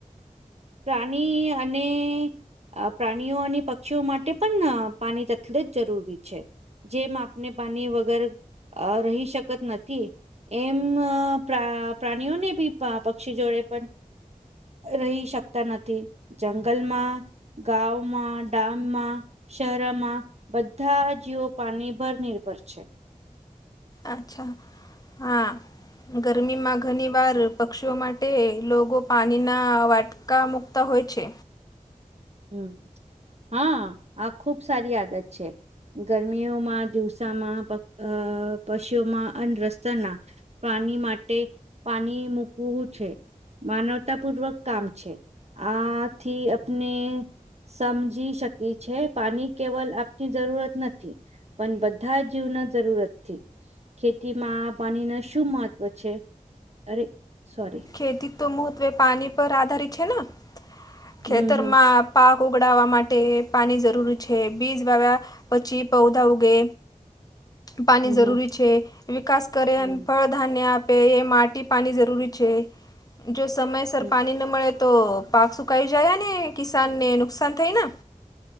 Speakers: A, on the right; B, on the left.
A: પ્રાણી અને પ્રાણીઓ અને પક્ષીઓ માટે પણ પાણી તટલે જ જરૂરી છે. જે માપને પાની વગર અ રહી શકત નથી. એમ પ્ર પ્રાણીઓને બી પક્ષી જોડે પણ રહી શક તા નથી જંગલમાં, ગામમાં, ડામમાં, શહેરમાં બધા જીવો પાણી ભર નિર્ભર છે.
B: અચ્છા હા ગરમીમાં ઘણીવાર પક્ષીઓ માટે લોગો પાણીના વાટ કા મુક્તા હોય છે.
A: હમ હા આ ખુબ સારી આદત છે. ગરમીઓમાં દિવસામાં પક્ અ પશુઓમાં અન રસ્તના પાણી માટે પાણી મૂકવું છે. માનવતા પૂર્વક કામ છે. આ થી અપને સમજી શકી છે પાણી કેવલ અપની જરૂરત નથી. પણ બધા જીવના જરૂરતથી ખેતીમાં પાણી ના શું મહત્વ છે. અરે સોરી.
B: ખેતી તો મહત્વે પાણી પર આધારિત છે ના. ખેતરમાં
A: હમ હમ
B: પાક ઓગડાવવા માટે પાણી જરૂરી છે બીજ વાવ્યા પછી પૌધા ઉગે પાણી
A: હમ હમ
B: જરૂરી છે, વિકાસ કરે
A: હમ
B: <unintelligible> ધાન્ય આપે એ માટી પાણી જરૂરી છે. જો સમયસર
A: હમ
B: પાણી ન મળે તો પાક સુકાઈ જાય હે ને કિસાનને નુકસાન થાયના